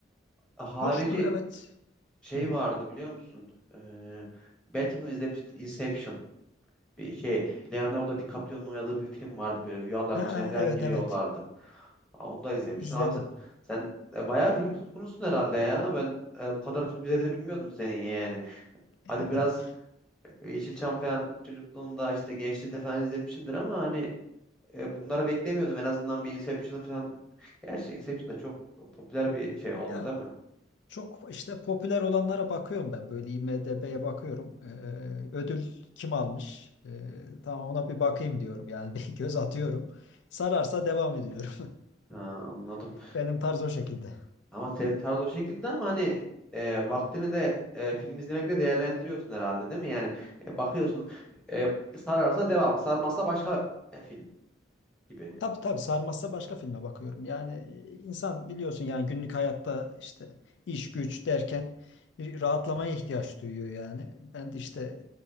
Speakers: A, in the centre; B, on the left.
A: E, Harici
B: Hoştu evet.
A: şey
B: Hı hı.
A: vardı biliyor musun? E, belki bunu izlemiştir. Inception. Bir şey. Leonardo DiCaprio'nun oynadığı bir film vardı böyle rüyaların
B: Ha,
A: içine falan
B: evet
A: giriyorlardı.
B: evet
A: Ha, onu da izlemişsin.
B: izledim.
A: Abi sen, sen e, bayağı film tutkunusun herhalde ya. Ben e, bu kadar film izlediğini bilmiyordum senin yani.
B: <laughs>
A: Hadi biraz Yeşilçam falan çocukluğunda işte gençliğinde falan izlemişsindir ama hani e, bunları beklemiyordum. En azından bir Inception falan. Gerçi Inception da çok popüler bir şey oldu
B: Ya
A: değil mi?
B: çok işte popüler olanlara bakıyorum ben böyle IMDb'ye bakıyorum. Ee, ödül kim almış? Ee, tamam ona bir bakayım diyorum yani <laughs> bir göz atıyorum. Sararsa devam ediyorum.
A: Ha, anladım.
B: <laughs> Benim tarz o şekilde.
A: Ama senin tarz o şekilde ama hani e, vaktini de e, film izlemekle değerlendiriyorsun herhalde değil mi? Yani e, bakıyorsun e, sararsa devam, sarmazsa başka e, film gibi.
B: Tabii tabii sarmazsa başka filme bakıyorum. Yani e, insan biliyorsun yani günlük hayatta işte iş güç derken bir rahatlamaya ihtiyaç duyuyor yani. Ben de işte